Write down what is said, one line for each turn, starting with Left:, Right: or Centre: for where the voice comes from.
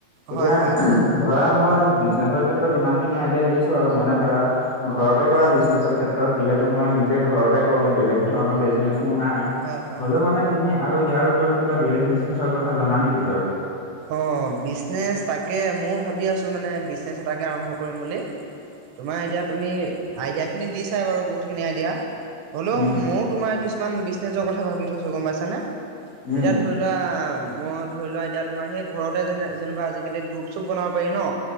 Left: এতিয়া
Right: হয়, হয়,
Left: ধৰা মই বিজনেছৰ ক্ষেত্ৰত ইমান খিনি আইডিয়া দিছো আৰু মানে ধৰা ঘৰতে কৰা
Right: অ',
Left: বিজনেছৰ ক্ষেত্ৰত যিহেতু মই নিজে ঘৰতে কৰোঁ বেলেগ ধৰণৰ বিজনেছ মোৰ নাই।
Right: হয়, হয়,
Left: হ'লেও মানে তুমি আৰু ইয়াৰ উপৰিও কিবা বেলেগ বিজনেচৰ কথা জানা নেকি বাৰু?
Right: অ', বিজনেছ তাকে ময়ো ভাবি আছোঁ মানে বিজনেছ এটাকে আৰম্ভ কৰিম বুলি তোমাৰ এতিয়া তুমি আইডিয়াখিনি দিচাই বাৰু বহুতখিনি আইডিয়া হ'লেও
Left: উম,
Right: মইয়ো তোমাৰ কিছুমান বিজনেছৰ কথা ভাবি থৈছোঁ গম পাইছানে এতিয়া
Left: উম,
Right: ধৰি ধৰা মই ধৰি লোৱা এতিয়া তোমাৰ সেই ঘৰতে যে যেনিবা আজিকালি ধূপ চুপ বনাব পাৰি ন।